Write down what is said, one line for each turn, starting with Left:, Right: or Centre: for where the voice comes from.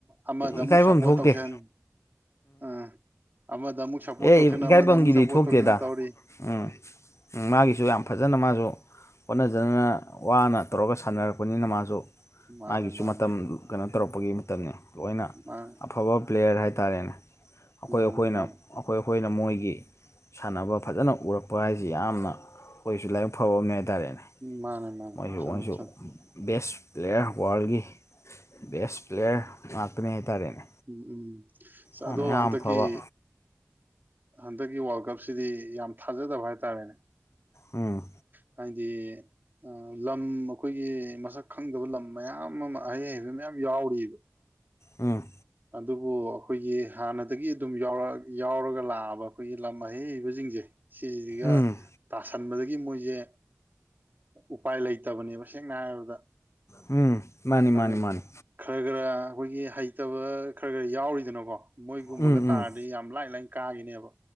Right: ꯑꯃꯗ ꯑꯃꯨꯛ
Left: ꯏꯀꯥꯏꯐꯝ
Right: ꯁꯞꯄꯣꯔꯠ
Left: ꯊꯣꯛꯇꯦ
Right: ꯇꯧꯁꯟ ꯎꯝ ꯑꯃꯗ ꯑꯃꯨꯛ ꯁꯞꯄꯣꯔꯠ
Left: ꯑꯦ
Right: ꯇꯧꯁꯟ
Left: ꯏꯀꯥꯏꯐꯝꯒꯤꯗꯤ
Right: ꯑꯃꯗ ꯑꯃꯨꯛ ꯁꯞꯄꯣꯔꯠ
Left: ꯊꯣꯛꯇꯦꯗ
Right: ꯇꯧꯁꯟ ꯇꯧꯔꯤ
Left: ꯎꯝ ꯃꯥꯒꯤꯁꯨ ꯌꯥꯝ ꯐꯖꯅ ꯃꯥꯁꯨ ꯍꯣꯠꯅꯖꯅ ꯋꯥꯅ ꯇꯧꯔꯒ ꯁꯥꯟꯅꯔꯛꯄꯅꯤꯅ ꯃꯥꯁꯨ ꯑꯣ
Right: ꯃꯥꯅꯦ
Left: ꯃꯥꯒꯤꯁꯨ
Right: ꯃꯥꯅꯦ
Left: ꯃꯇꯝ ꯀꯩꯅꯣ ꯇꯧꯔꯛꯄꯒꯤ ꯃꯇꯝꯅꯤ ꯂꯣꯏꯅ
Right: ꯃꯥꯅꯦ
Left: ꯑꯐꯕ ꯄ꯭ꯂꯦꯌꯔ ꯍꯥꯏꯇꯥꯔꯦꯅꯦ ꯑꯩꯈꯣꯏ
Right: ꯃꯥꯅꯦ
Left: ꯑꯩꯈꯣꯏꯅ
Right: ꯃꯥꯅꯦ
Left: ꯑꯩꯈꯣꯏ ꯑꯩꯈꯣꯏꯅ ꯃꯣꯏꯒꯤ ꯁꯥꯟꯅꯕ ꯐꯖꯅ ꯎꯔꯛꯄ ꯍꯥꯏꯁꯤ ꯌꯥꯝꯅ ꯑꯩꯈꯣꯏꯁꯨ ꯂꯥꯏꯕꯛ ꯐꯕ ꯑꯃꯅꯦ ꯍꯥꯏꯇꯥꯔꯦꯅꯦ
Right: ꯃꯥꯅꯦ ꯃꯥꯅꯦ
Left: ꯃꯣꯏꯁꯨ
Right: ꯆꯨꯝꯃꯤ
Left: ꯃꯣꯏꯁꯨ
Right: ꯆꯨꯝꯃꯤ
Left: ꯕꯦꯁ ꯄ꯭ꯂꯦꯌꯔ ꯋꯥꯔꯜꯒꯤ ꯕꯦꯁ ꯄ꯭ꯂꯦꯌꯔ ꯉꯥꯛꯇꯅꯤ ꯍꯥꯏꯇꯥꯔꯦꯅꯦ
Right: ꯎꯝ ꯎꯝ
Left: ꯃꯥꯅ
Right: ꯑꯗꯣ
Left: ꯌꯥꯝ
Right: ꯍꯟꯗꯛꯀꯤ
Left: ꯐꯕ
Right: ꯍꯟꯗꯛꯀꯤ ꯋꯥꯔꯜ ꯀꯞꯁꯤꯗꯤ ꯌꯥꯝ ꯊꯥꯖꯗꯕ ꯍꯥꯏꯇꯥꯔꯦꯅꯦ
Left: ꯎꯝ
Right: ꯍꯥꯏꯗꯤ ꯂꯝ ꯑꯩꯈꯣꯏꯒꯤ ꯃꯁꯛ ꯈꯪꯗꯕ ꯂꯝ ꯃꯌꯥꯝ ꯑꯃ ꯑꯍꯩ ꯍꯩꯕ ꯃꯌꯥꯝ ꯌꯥꯎꯔꯤꯕ
Left: ꯎꯝ
Right: ꯑꯗꯨꯕꯨ ꯑꯩꯈꯣꯏꯒꯤ ꯍꯥꯟꯅꯗꯒꯤ ꯑꯗꯨꯝ ꯌꯥꯎꯔ ꯌꯥꯎꯔꯒ ꯂꯥꯛꯑꯕ ꯑꯩꯈꯣꯏꯒꯤ ꯂꯝ ꯑꯍꯩꯕꯁꯤꯡꯁꯦ ꯁꯤꯁꯤꯒ
Left: ꯎꯝ
Right: ꯇꯥꯁꯟꯕꯗꯒꯤ ꯃꯣꯏꯁꯦ ꯎꯄꯥꯏ ꯂꯩꯇꯕꯅꯦꯕ ꯁꯦꯡꯅ ꯍꯥꯏꯔꯕꯗ
Left: ꯎꯝ ꯃꯥꯅꯤ ꯃꯥꯅꯤ
Right: ꯑꯗꯨ
Left: ꯃꯥꯅꯤ
Right: ꯈꯔ ꯈꯔ ꯑꯩꯈꯣꯏꯒꯤ ꯍꯩꯇꯕ ꯈꯔ ꯈꯔ ꯌꯥꯎꯔꯤꯗꯅꯀꯣ ꯃꯣꯏꯒꯨꯝꯕꯒ
Left: ꯎꯝ
Right: ꯇꯥꯔꯗꯤ
Left: ꯎꯝ
Right: ꯌꯥꯝ ꯂꯥꯏꯅ ꯂꯥꯏꯅ ꯀꯥꯈꯤꯅꯦꯕ